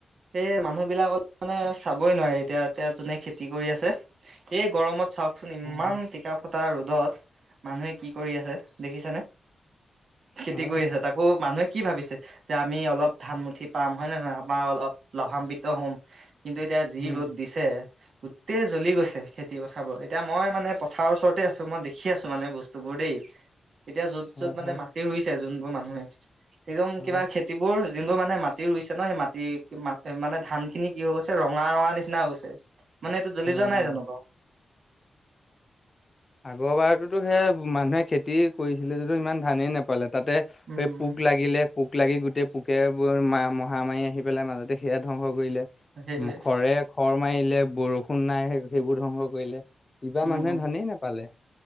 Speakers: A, on the right; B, on the left.
A: এই মানুহ বিলাকত মানে চাবই নোৱাৰি এতিয়া - এতিয়া যোনে খেতি কৰি আছে এই গৰমত চাওকচোন ইমান
B: হয়
A: টিকা ফটা ৰ'দত মানুহে কি কৰি আছে দেখিছেনে। খেতি
B: হয়
A: কৰি আছে তাকো মানুহে কি ভাবিছে যে আমি অলপ ধান মুঠি পাম হয়ে নহয় আমাৰ অলপ লাভান্বিত হ'ম কিন্তু এতিয়া যি
B: উম
A: ৰ'দ দিছে। গোটেই জ্বলি গৈছে খেতি পথাৰাবোৰ এতিয়া মই মানে পথাৰৰ ওচৰতে আছো মই দেখি আছো মানে বস্তুবোৰ দেই এতিয়া যত
B: হয়
A: য'ত মানে
B: হয়
A: মাটি ৰুইছে যোনবোৰ মানুহে একদম
B: হয়
A: কিবা খেতিবোৰ যোনবোৰ মানে ম মাটি ৰুইছে ন সেই মাটি মানে ধান খিনি কি হৈ গৈছে ৰঙা - ৰঙা নিচিনা হৈ গৈছে। টো জ্বলি
B: হয়
A: যোৱা নাই
B: অ'
A: জানো বাও।
B: আগৰ বাৰতোতো সেই মানুহে খেতি কৰিছিলে যদিও ইমান। ধানেই নাপালে তাতে
A: উম
B: সেই পোক লাগিলে পোক লাগি গোটেই পোকে বা মহামাৰী আহি পেলাই মাজতে সেয়া ধ্বংস কৰিলে
A: সেইটোৱে
B: খৰ-খৰ মাৰিলে বৰষুণ নাই সেইবোৰ ধ্বংস কৰিলে। কিবা
A: উম
B: মানুহে ধানেই নেপালে।